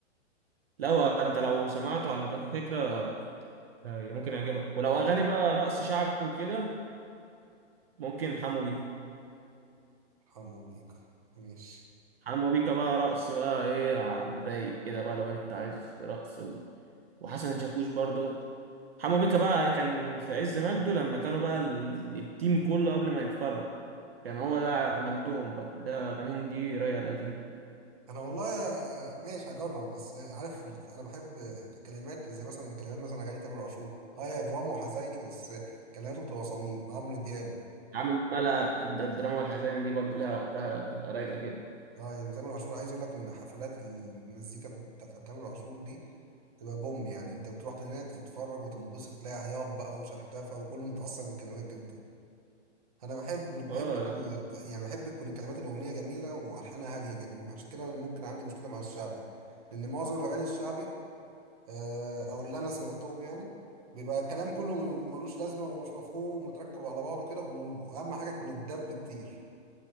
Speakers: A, on the right; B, on the right.
A: لو انت لو سمعته على باك فكرة آه، ممكن يعجبك ولو أغاني بقى رقص شعبي وكده ممكن حمو بيكا
B: حمو بيك ماشي
A: حمو بيكا بقى رقص بقى ايه على الرايق كده بقى لو انت عايز رقص و... وحسن شاكوش برضه حمو بيكا بقى كان في عز مجده لما كانوا بقى ال- التيم كله قبل ما يتفرق كان هو ده مجدهم بقى ده أغانيهم دي رايقة القديمة
B: انا والله يا- ماشي هجرب بس عارف ال- انا بحب الكلمات زي مثلا الكلمات مثلا اغاني تامر عاشور اه هي دراما وحزيني بس كلماته بتبقى صميم عمرو دياب
A: عم ملا الد- الدراما والحزانة دي برضه لها وقتها بتبقى رايقة كده
B: اه يعني تامر عاشور عايز اقول لك ان حفلات المزيكا بتاعت تامر عاشور دي تبقى بوم يعني انت بتروح هناك تتفرج وتنبسط تلاقي عياط بقى وشحتفة وكله متأثر بالكلمات جدا انا بحب
A: اه
B: بحب انا ال- يعني بحب تكون كلمات الاغنيه جميله والحانها هاديه جدا عشان كده انا ممكن عندي مشكله مع الشعبي لان معظم الاغاني الشعبي آه، او اللي انا سمعتهم يعني بيبقى الكلام كله ملوش لازمه ومش مفهوم ومتركب على بعضه كده واهم حاجه يكون الدب كتير